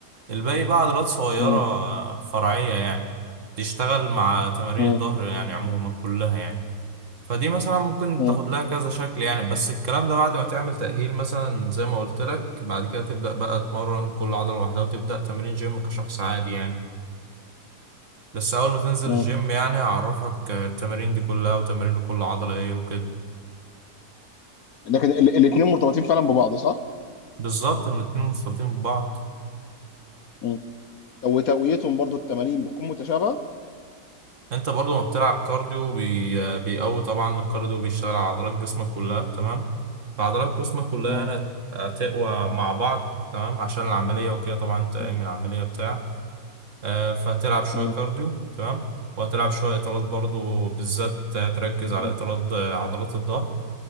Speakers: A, on the right; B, on the left.
A: الباقي بقى عضلات صغيرة
B: مم.
A: فرعية يعني تشتغل مع تمارين
B: مم.
A: الظهر يعني عموما كلها يعني فدي مثلا ممكن
B: مم.
A: تاخد لها كذا شكل يعني بس الكلام ده بعد ما تعمل تأهيل مثلا زي ما قلت لك بعد كده تبدأ بقى تمرن كل عضلة لوحدها وتبدأ تمرين جيم كشخص عادي يعني بس أول ما تنزل
B: مم.
A: الجيم يعني هعرفك التمارين دي كلها وتمارين لكل عضلة ايه وكده
B: لكن الاثنين مرتبطين فعلا ببعض صح؟
A: بالظبط إن الاتنين مرتبطين ببعض
B: مم. وتقويتهم برضو التمارين بتكون متشابهة
A: انت برضو ما بتلعب كارديو بي... بيقوي طبعا الكارديو بيشتغل على عضلات جسمك كلها تمام فعضلات جسمك كلها
B: مم.
A: يعني هتقوى مع بعض تمام عشان العملية وكده طبعا انت قايم
B: مم.
A: من العملية بتاع آه، فتلعب شوية
B: مم.
A: كارديو تمام وهتلعب شوية اطالات برضو بالذات تركز على
B: مم.
A: اطالات عضلات الظهر